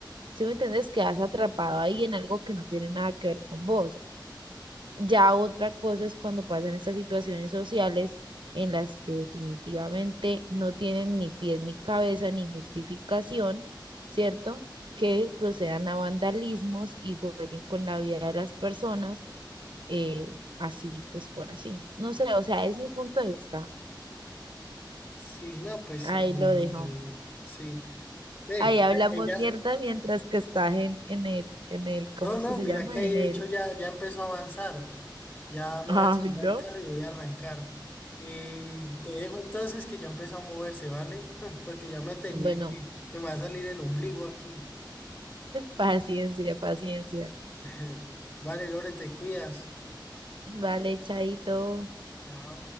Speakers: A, on the right (about 80°); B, on the left (about 25°).
A: si me entiendes, quedas atrapado ahí en algo que no tiene nada que ver con vos. Ya otra cosa es cuando pasan estas situaciones sociales en las que definitivamente no tienen ni pies ni cabeza ni justificación, ¿cierto? Que procedan a vandalismos y jueguen con la vida de las personas, eh, así pues por así. No sé, o sea, es mi punto de vista.
B: Sí, no, pues
A: Ahí
B: ah,
A: lo dejo.
B: eh, sí. Eh,
A: Ahí hablamos
B: ella,
A: mierda mientras que estás en, en el, en el, ¿cómo
B: no,
A: es
B: no,
A: que se
B: mira
A: llama?
B: que ahí
A: En
B: de
A: el...
B: hecho ya, ya empezó a avanzar. Ya me
A: Ah,
B: voy a subir
A: sí,
B: al
A: ¿no?
B: carro y voy a arrancar. Eh, te dejo entonces que ya empezó a moverse, ¿vale? <laughs> Porque ya me tenía
A: Bueno,
B: que, me va a salir el ombligo aquí.
A: paciencia, paciencia.
B: <laughs> Vale, Lore, te cuidas.
A: Vale, chaito.
B: Chao.